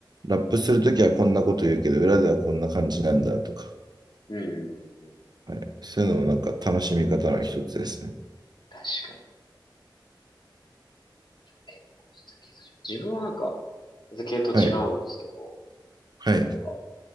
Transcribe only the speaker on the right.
ラップするときはこんなこと言うけど、裏ではこんな感じなんだとか、
はい、そういうのもなんか楽しみ方の一つですね。
はい、はい。